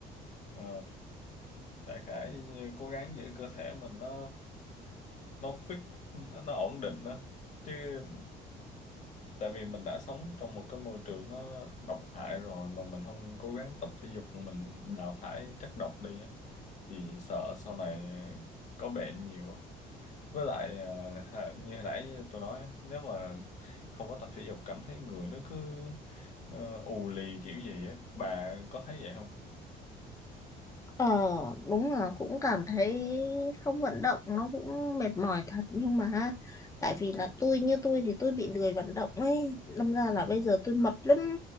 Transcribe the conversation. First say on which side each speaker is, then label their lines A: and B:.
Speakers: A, on the left (about 45°); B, on the left (about 20°).
A: ờ, đại khái như cố gắng giữ cơ thể mình nó nó fix nó, nó ổn định đó chứ tại vì mình đã sống trong một cái môi trường nó độc hại rồi mà mình không cố gắng tập thể dục mình đào thải chất độc đi á, thì sợ sau này có bệnh nhiều á với lại à, hà- như hồi nãy tôi nói á, nếu mà không có tập thể dục cảm thấy người nó cứ ờ, ù lì kiểu gì á bà có thấy vậy không
B: Ờ đúng là cũng cảm thấy không vận động nó cũng mệt mỏi thật nhưng mà ha, tại vì là tôi như tôi thì tôi bị lười vận động ấy đâm ra
A: ừ
B: là bây giờ tôi mập lắm